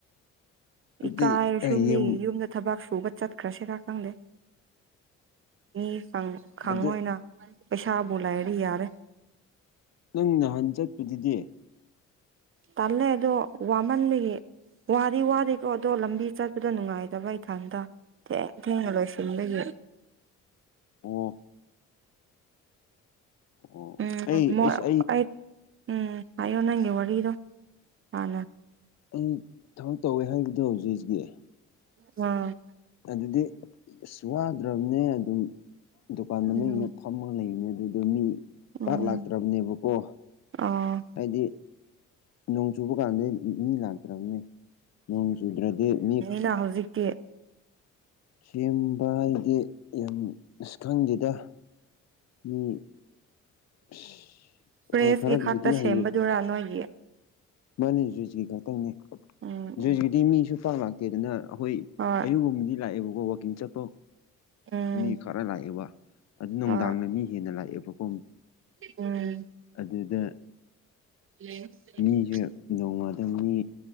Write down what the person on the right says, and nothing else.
ꯏꯀꯥꯏꯔꯁꯨ
ꯃꯤꯒꯤ
ꯌꯨꯝꯗ ꯊꯕꯛ ꯁꯨꯕ ꯆꯠꯈ꯭ꯔꯁꯤꯔ ꯈꯪꯗꯦ ꯃꯤ ꯈꯪꯕ
ꯑꯣꯢꯅ ꯄꯩꯁꯥꯕꯨ ꯂꯥꯏꯗꯤ ꯌꯥꯔꯦ
ꯇꯜꯂꯦ ꯑꯗꯣ ꯋꯥꯃꯟꯕꯒꯤ ꯋꯥꯗꯤ ꯋꯥꯗꯦꯀꯣ ꯑꯗꯣ ꯂꯝꯕꯤ ꯆꯠꯄꯗ ꯅꯨꯡꯉꯥꯏꯇꯕ ꯏꯊꯟꯗ ꯊꯦꯡ ꯊꯦꯡꯅ ꯂꯣꯏꯁꯤꯟꯕꯒꯤ
ꯎꯝ
ꯃꯣꯢ
ꯑꯩ ꯎꯝ ꯍꯥꯏꯌꯣ ꯅꯪꯒꯤ ꯋꯥꯔꯤꯗꯣ ꯍꯥꯟꯅ
ꯎꯝ
ꯎꯝ
ꯎꯝ
ꯑꯣ
ꯅꯪ ꯍꯧꯖꯤꯛ <unintelligible>
<inaudible>
ꯄ꯭ꯔꯦꯁꯀꯤ
ꯈꯛꯇ
ꯁꯦꯝꯕꯗꯨꯔꯥ ꯅꯣꯏꯒꯤ
ꯎꯝ
ꯎꯝ
ꯍꯣꯏ
ꯎꯝ
ꯍꯣꯏ
ꯎꯝ
<unintelligible>